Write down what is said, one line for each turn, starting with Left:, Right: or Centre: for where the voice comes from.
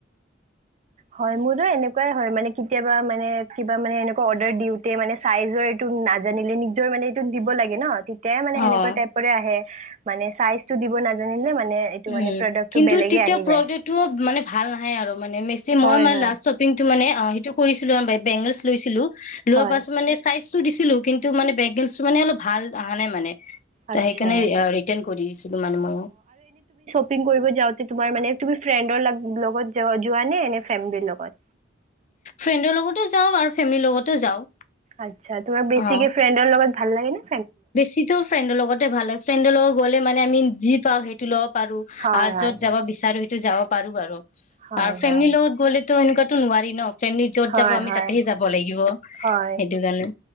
Right: হয় মোৰতো এনেকুৱাই হয় মানে কেতিয়াবা মানে কিবা মানে এনেকুৱা অৰ্ডাৰ দিওঁতে মানে চাইজৰ এইটো নাজানিলে নিজৰ মানে এইটো দিব লাগে ন এ মানে
Left: অ
Right: সেনেকুৱা
Left: অ
Right: টাইপৰে আহে মানে চাইজটো দিব নাজানিলে মানে এইটো
Left: উম
Right: মানে প্ৰডাক্টটো
Left: কিন্তু
Right: বেলেগে
Left: তেতিয়া
Right: আহি
Left: প্ৰডাক্টটো
Right: যায়
Left: মানে ভাল নাহে আৰু মানে যি
Right: হয়
Left: মই মানে
Right: হয়
Left: লাষ্ট শ্বপিংটো মানে অ সেইটো কৰিছিলো আৰু ব বেংগলচ লৈছিলো, লোৱাৰ
Right: হয়
Left: পাছত মানে চাইচটো দিছিলো কিন্তু মানে বেংগলচটো মানে অলপ ভাল অহা নাই মানে,
Right: আচ্ছা
Left: তৌ সেইকাৰণে ৰিটাৰ্ন কৰি দিছিলো ময়ো।
Right: একটিং কৰিব যাওঁতে তোমাৰ মানে তুমি ফ্ৰেণ্ডৰ লগত যো যোৱানে এনে ফেমিলিৰ লগত
Left: ফ্ৰেণ্ডৰ লগতো যাওঁ আৰু ফেমিলিৰ লগতো যাওঁ
Right: আচ্ছা তোমাৰ বেছিকে
Left: অ
Right: ফ্ৰেণ্ডৰ লগত ভাল লাগেনে?
Left: বেছিতো ফ্ৰেণ্ডৰ লগতে ভাল হয় ফেণ্ডৰ লোক গ'লে মানে আমি যি পাওঁ সেইটো ল'ব পাৰো
Right: হয়
Left: আৰু
Right: হয়
Left: য'ত যাব বিচাৰো সেইটো যাব পাৰো বাৰু
Right: হয়
Left: আৰু ফেমিলিৰ
Right: হয়
Left: লগত গ'লেতো সেনেকুৱাতো নোৱাৰি ন ফেমিলি য'ত
Right: হয়
Left: যাব আমি
Right: হয়
Left: তাতেহে যাব লাগিব
Right: হয়
Left: সেইটো কাৰণে